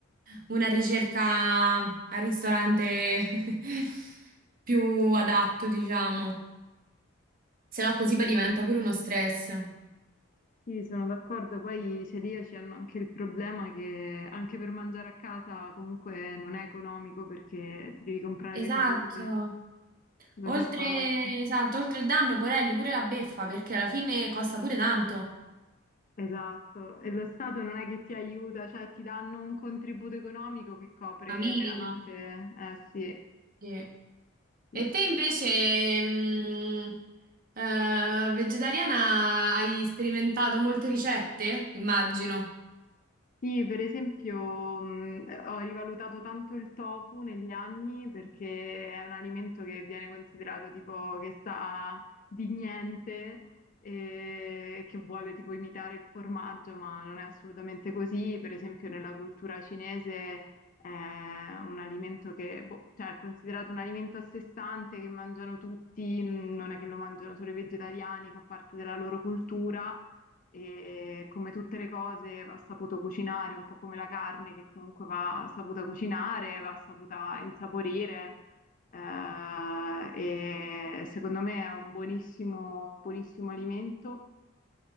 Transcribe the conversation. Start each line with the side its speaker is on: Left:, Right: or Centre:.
Right: una ricerca al ristorante <laughs> più adatto, diciamo. Se no, così poi diventa pure uno stress.
Left: Sì, sono d'accordo, poi i celiaci hanno anche il problema che anche per mangiare a casa comunque non è economico perché ti devi comprare
Right: Esatto.
Left: le cose. cose
Right: Oltre,
Left: a parte.
Right: esatto, oltre il danno, porelli, pure la beffa, perché alla fine costa pure tanto.
Left: Esatto, e lo Stato non è che ti aiuta, cioè ti danno un contributo economico che copre
Right: La minima.
Left: veramente, eh sì,
Right: Sì.
Left: sì,
Right: E
Left: sì.
Right: te invece, mh, eh, vegetariana, hai sperimentato molte ricette? Immagino.
Left: Sì, per esempio, mh, ho rivalutato tanto il tofu negli anni perché è un alimento che viene considerato tipo che sa di niente e che vuole tipo imitare il formaggio, ma non è assolutamente così. Per esempio, nella cultura cinese è un alimento che, boh, cioè, è considerato un alimento a sé stante che mangiano tutti, non è che lo mangiano solo i vegetariani, fa parte della loro cultura e come tutte le cose va saputo cucinare, un po' come la carne che comunque va saputa cucinare, va saputa insaporire. eh, e secondo me è un buonissimo, buonissimo alimento.